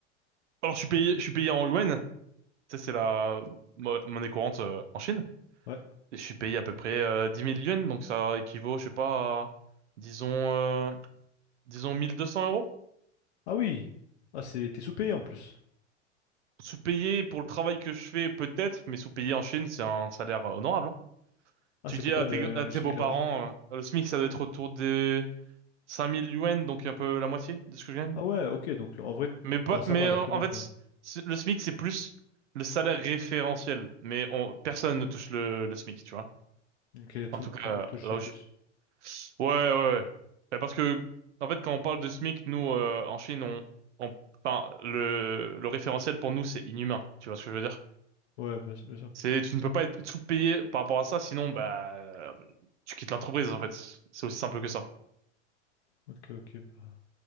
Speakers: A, on the right; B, on the left.
A: Alors, je suis payé, je suis payé en yuan. Tu sais, c'est la mo- monnaie courante euh, en Chine.
B: Ouais.
A: Et je suis payé à peu près euh, 10 000 yuan, donc ça équivaut, je sais pas, à, disons, euh, disons 1200 euros.
B: Ah oui. Ah c'est t'es sous-payé en plus.
A: Sous-payé pour le travail que je fais, peut-être, mais sous-payé en Chine, c'est un salaire euh, honorable. hein.
B: Ah
A: Tu
B: c'est
A: dis
B: combien
A: à tes,
B: le,
A: à
B: le
A: tes
B: SMIC
A: beaux-parents,
B: là-bas?
A: euh, le SMIC, ça doit être autour des 5000 yuan, donc un peu la moitié de ce que je gagne.
B: Ah ouais, ok, donc en vrai,
A: Mais pas,
B: enfin ça
A: mais
B: va,
A: euh,
B: genre t'es bien
A: en fait,
B: quand même.
A: c'est- le SMIC, c'est plus le salaire référentiel. Mais on, personne ne touche le, le SMIC, tu vois.
B: Ok, tout,
A: En tout cas,
B: tout le monde touche
A: là où
B: plus.
A: je suis. Ouais, ouais, ouais. Ben, parce que, en fait, quand on parle de SMIC, nous, euh, en Chine, on, on, enfin, le, le référentiel pour nous, c'est inhumain. Tu vois ce que je veux dire?
B: Ouais, bien, bien sûr.
A: C'est, tu ne peux pas être sous-payé par rapport à ça, sinon, bah, tu quittes l'entreprise, en fait. C'est aussi simple que ça.
B: Ok, ok, bah.